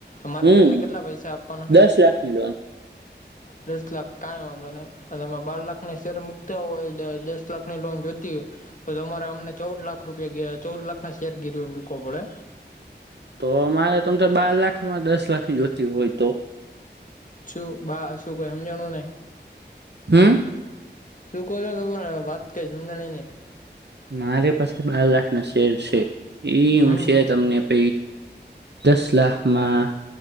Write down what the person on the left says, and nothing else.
મારે
તમને કેટલા પૈસા આપવાના
દસ લાખ કાઈ વાંધો નહી અને એમાં બાર લાખને શેર મુકતા હોય દસ લાખની લોન જોતી હોય તો અમારે અમને ચૌદ લાખ રૂપિયા ચૌદ લાખના શેર ગીરવી મૂકવો પડે.
છું બા શું કોય હમજાણું નહી.
શું કો છો તમાર વાત કઈ સમજાણી ની
હમ